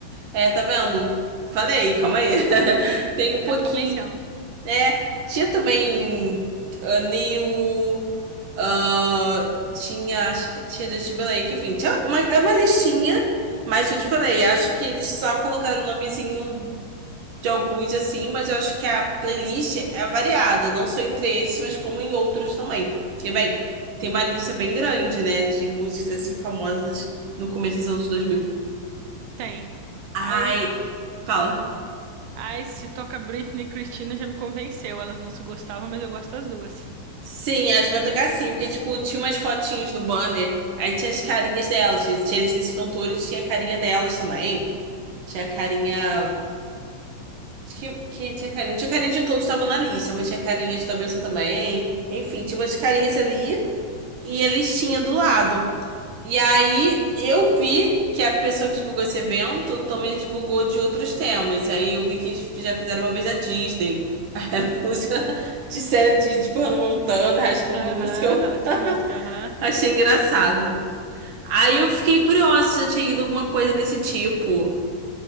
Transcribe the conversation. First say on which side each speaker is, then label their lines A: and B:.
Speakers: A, on the right; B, on the right.
A: É, tá vendo? Falei, calma aí. <laughs> Tem um
B: Tá
A: pouquinho.
B: me convencendo.
A: É, tinha também a Neil. ah, tinha, acho que tinha Justin Timberlake, enfim, tinha uma, era uma listinha, mas eu te falei, acho que eles só colocaram o nomezinho de alguns assim, mas eu acho que a playlist é variada, não só entre esses, mas como em outros também. Porque, bem, tem uma lista bem grande, né, de músicas assim famosas no começo dos anos 2000.
B: Tem.
A: Ai,
B: Ai,
A: fala.
B: ai, se toca Britney e Christina já me convenceu. Elas não se gostavam, mas eu gosto das duas.
A: Sim, acho que vai tocar sim, porque, tipo, tinha umas fotinhos no banner, aí tinha as carinhas delas, tinha, tinha esses cantores, tinha a carinha delas também, tinha a carinha... acho Que, que tinha carinha? Não tinha carinha de todos que estavam na lista, mas tinha carinhas da Beyoncé também. Enfim, tinha umas carinhas ali e a listinha do lado. E aí eu vi que a pessoa que divulgou esse evento também divulgou de outros temas. Aí eu vi que eles já fizeram uma vez a Disney. Aí Era <laughs> música de série de, de Hannah Montana, High School
B: Aham,
A: Musical.
B: aham, tu começa com aham.
A: Achei engraçado. Aí eu fiquei curiosa se já tinha ido alguma coisa desse tipo.